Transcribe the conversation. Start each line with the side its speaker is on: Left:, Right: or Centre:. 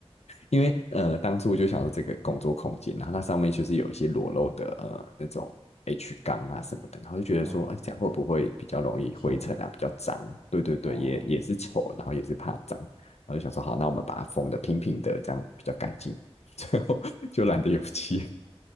Left: 因为呃，当初就想说这个工作空间，然后它上面就是有一些裸露的呃那种 H 钢啊什么的，然后就觉得说，
Right: 嗯，
Left: 哎、这样会不会比较容易灰尘啊，
Right: 有点丑这样。
Left: 比较脏？对对对，
Right: 哦，
Left: 也也是丑，然后也是怕脏，然后就想说，好，那我们把它封的平平的，这样比较干净。<laughs> 最后就懒得油漆，